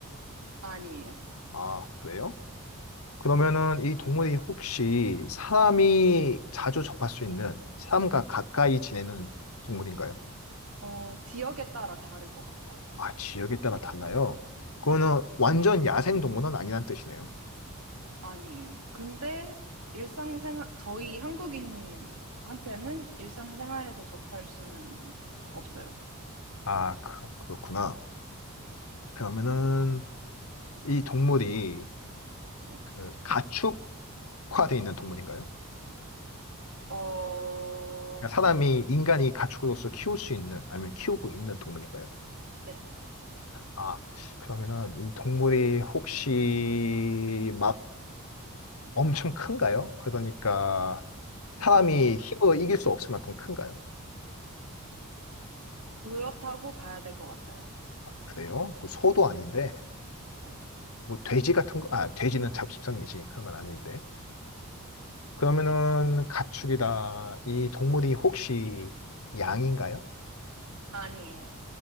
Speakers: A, on the right; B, on the left.
A: 아니에요.
B: 아, 그래요? 그러면은 이 동물이 혹시 사람이 자주 접할 수 있는 사람과 가까이 지내는 동물인가요?
A: 어, 지역에 따라 다를 것 같아요.
B: 아, 지역에 따라 달라요. 그거는
A: 네.
B: 완전 야생 동물은 아니란 뜻이네요.
A: 아니에요. 근데 일상생활, 저희 한국인한테는 일상생활에서 접할 수는 없어요.
B: 아, 그, 그렇구나. 그러면은 이 동물이
A: 네.
B: 그 가축화돼 있는 동물인가요?
A: 어,
B: 그러니까 사람이 인간이 가축으로서 키울 수 있는 아니면 키우고 있는 동물인가요?
A: 네.
B: 아, 그러면은 이 동물이 혹시 막 엄청 큰가요? 그러니까
A: 음,
B: 사람이 힘으로 이길 수 없을 만큼 큰가요?
A: 그렇다고 봐야 될 것 같아요.
B: 그래요? 그 소도 아닌데
A: 네. 네.
B: 뭐 돼지 같은 거, 아, 돼지는 잡식성이지. 그러면 아닌데. 그러면은 가축이다. 이 동물이 혹시 양인가요?
A: 아니에요.